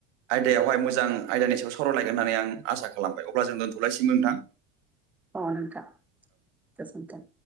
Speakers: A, on the right; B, in the centre.
A: आयदायावहाय मोजां आयदानि सायाव सावरायलायगोन होननानै आं आसा खालामबाय अब्ला जों दोन्थ'लायसिगोन नोंथां
B: अ नोंथां गोजोनथों